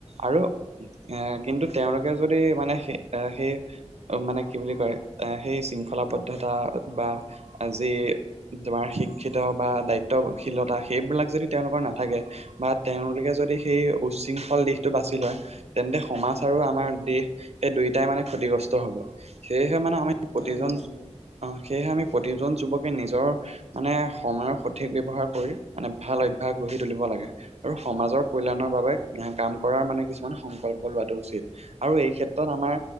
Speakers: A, on the right; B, on the left.
A: আৰু এ, কিন্তু তেওঁলোকে যদি মানে সেই আ, সেই মানে কি বুলি কয় আ, সেই শৃংখলাবদ্ধতা বা আজি তোমাৰ শিক ক্ষিত বা দায়িত্বশীলতা সেইবিলাক যদি তেওঁলোকৰ নাথাকে। বা তেওঁলোকে যদি সেই উৃংখল দিশটো বাছি লয় তেন্তে সমাজ আৰু আমাৰ
B: হয়
A: দেশ সেই দুয়টাই মানে ক্ষতিগ্ৰস্ত হ'ব, সেয়েহে মানে আমি প্ৰতিজন
B: হয় নিশ্চিত
A: অহ, সেয়েহে আমি প্ৰতিজন যুৱকে নিজৰ মানে সময়ৰ সঠিক ব্যৱহাৰ কৰি মানে ভাল অভ্যাস গঢ়ি তুলিব লাগে আৰু সমাজৰ কল্যাণৰ বাবে কাম কৰাৰ মানে কিছুমান সংকল্প লোৱাটো উচিত আৰু এই ক্ষেত্ৰত আমাৰ